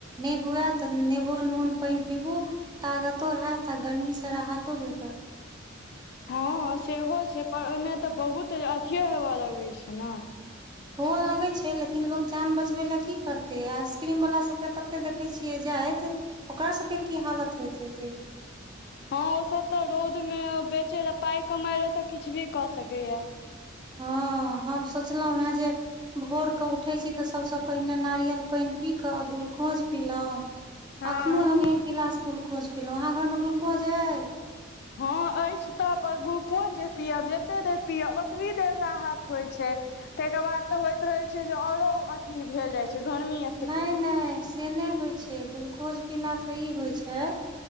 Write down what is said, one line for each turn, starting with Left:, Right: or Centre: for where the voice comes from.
Right: नय हुअय तऽ नेबो नून पैन पीबू तागतो हैत आ गर्मी से राहतो भेटत।
Left: हाँ सेहो छैय पर ओयमे तऽ बहुत अथियो हेवय लगै छैय ने
Right: हुअ लगै छैय लेकिन लोक जान बचबै लए की करतै आइसक्रीम वला सभके तते देखैत छियै जाइत ओकरा सबके की हालत होइत हेतै?
Left: हं ओसभ तऽ रौउदमे बेचै लय, पाइ कमाइ लए तऽ किछ भी कऽ सकैएऽ।
Right: हं हम सोचलहुँ हेँ जे भोर कऽ उठै छीय तऽ सभसँ पहिने नारियल पैइन पी कऽ ग्लूकोंज पीलौह,
Left: हँ
Right: अखनो हम एक गिलास ग्लुकोंज पीलौं, अहाँ घरमे ग्लुकों? ज अय
Left: हं अइछ तऽ पर ग्लुकोज जे पियब जते देर पियब ओतबी देर राहत होइ छैय। तय के बाद तऽ होइत रहै छैय जे औरो अथी भेल जाय छैय। <unintelligible>
Right: नइ नइ से नै होइत छैय ग्लूकोज पीलासँ ई होइ छैय,